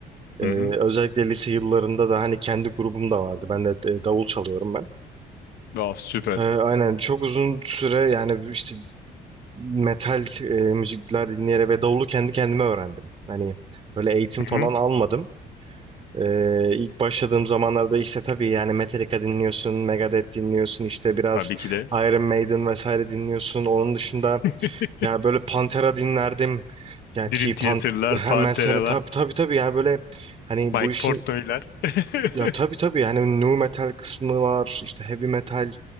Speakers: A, on the left; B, on the right.
A: Hı
B: E,
A: hı.
B: özellikle lise yıllarında da hani kendi grubum da vardı. Ben de e, davul çalıyorum ben.
A: Ah, süper.
B: E, aynen çok uzun süre yani işte metal e, müzikler dinleyerek ve davulu kendi kendime öğrendim. Hani böyle eğitim falan
A: Hı hı.
B: almadım. Ee, ilk başladığım zamanlarda işte tabii yani Metallica dinliyorsun, Megadeth dinliyorsun, işte biraz
A: Tabii ki de.
B: Iron Maiden vesaire dinliyorsun. Onun dışında
A: <laughs>
B: ya böyle Pantera dinlerdim. Ya ki
A: Dream Theater'lar,
B: Pan ha,
A: Pantera'lar,
B: mesela tabii tabii tabii yani böyle hani
A: Mike
B: bu işin
A: Portnoy'lar. <laughs>
B: ya tabii tabii hani nu metal kısmı var, işte heavy metal,